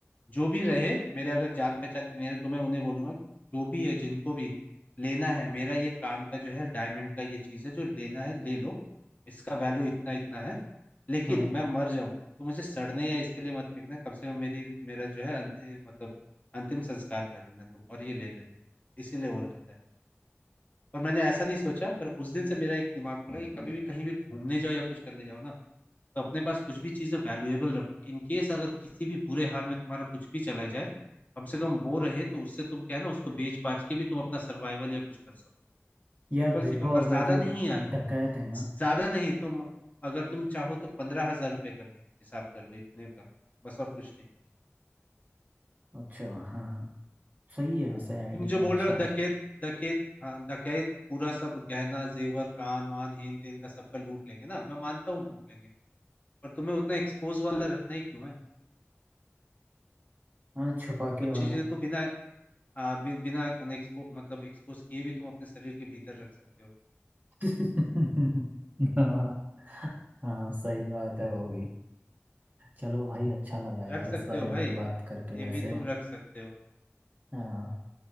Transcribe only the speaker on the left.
जो भी रहे मेरे अगर जान पहचान के नहीं रहे तो मैं उन्हें बोलूंगा कि जो भी है जिनको भी लेना है मेरा ये काम का जो है डायमंड का ये चीज है जो लेना है ले लो इसका वैल्यू इतना इतना है लेकिन
मैं मर जाऊं तो मुझे सड़ने या इसके लिए मत फेंकना कम से कम मेरी मेरा जो है अंतिम मतलब अंतिम संस्कार कर देना तुम और ये ले लेना इसीलिए वो रखता है और मैंने ऐसा नहीं सोचा पर उस दिन से मेरा एक दिमाग खुला कि कभी भी कहीं भी घूमने जाओ या कुछ करने जाओ ना तो अपने पास कुछ भी चीज़ें वैल्यूएबल रखो इन केस अगर किसी भी बुरे हाल में तुम्हारा कुछ भी चला जाए कम से कम वो रहे तो उससे तुम क्या है ना उसको बेच बाच के भी तुम अपना सर्वाइवल या कुछ कर सको
सिंपल
सी बात और
ज्यादा
नहीं यार
ज्यादा नहीं तुम अगर तुम चाहो तो पंद्रह हजार रुपये का भी हिसाब कर लो इतने का बस और कुछ नहीं
तुम जो बोल
रहे हो
डकैत डकैत हाँ डकैत पूरा सब गहना जेवर कान वान हेन तेन का सबका लूट लेंगे ना मैं मानता हूँ लूट लेंगे पर तुम्हें उतना एक्सपोज वाला रखना ही क्यों है
कुछ
चीजें तो बिना आ, बि, बिना अनएक्सपो मतलब एक्सपोज किए भी तुम अपने शरीर के भीतर रख सकते हो
रख सकते
हो भाई
ये
भी तुम रख सकते हो